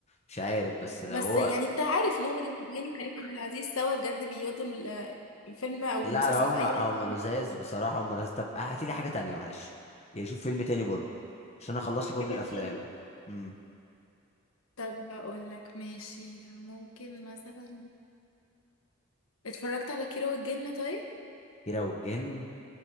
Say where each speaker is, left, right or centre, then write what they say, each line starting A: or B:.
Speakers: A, on the left; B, on the left.
A: مش عارف بس لو
B: بس
A: هو
B: يعني انت عارف ان هو ماجد الكدواني وكريم عبد العزيز سوا بجد بيودوا ال- الفيلم او
A: لا
B: المسلسل
A: لا هم
B: في اي حته
A: هم لزاز بصراحه هم لزاز طب هاتي لي حاجه تانية معلش يعني شوف فيلم تاني برضو عشان انا خلصت كل
B: حاجه
A: الافلام
B: تاني
A: امم
B: طب هقول لك ماشي ممكن مثلا اتفرجت على كيرة والجن طيب
A: كيرة والجن